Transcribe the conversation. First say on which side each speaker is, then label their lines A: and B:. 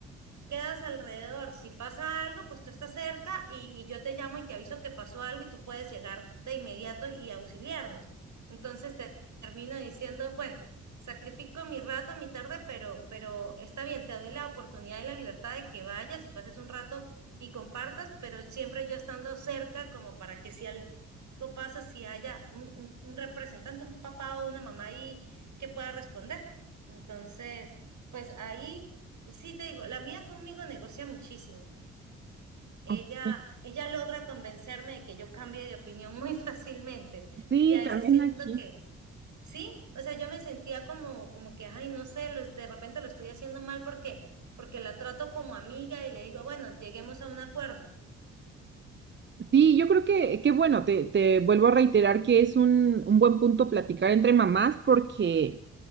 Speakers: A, on the right (about 55°); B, on the right (about 30°).
A: quedas alrededor. Si pasa algo, pues tú estás cerca y, y yo te llamo y te aviso que pasó algo y tú puedes llegar de inmediato y auxiliarnos. Entonces te termino diciendo, bueno, sacrifico mi rato, mi tarde, pero, pero está bien, te doy la oportunidad y la libertad de que vayas y pases un rato y compartas, pero siempre yo estando cerca como para que si algo pasa, si haya un, un un representante, un papá o una mamá ahí que pueda responder. Entonces, pues ahí Sí, te digo, la mía conmigo negocia muchísimo. Ella,
B: Ok.
A: ella logra convencerme de que yo cambie de opinión muy <laughs> fácilmente.
B: Sí,
A: Y a veces
B: también
A: siento
B: aquí.
A: que sí, o sea, yo me sentía como, como que, ay, no sé, lo- de repente lo estoy haciendo mal porque, porque la trato como amiga y le digo, bueno, lleguemos a un acuerdo.
B: Sí, yo creo que, que bueno, te, te vuelvo a reiterar que es un, un buen punto platicar entre mamás porque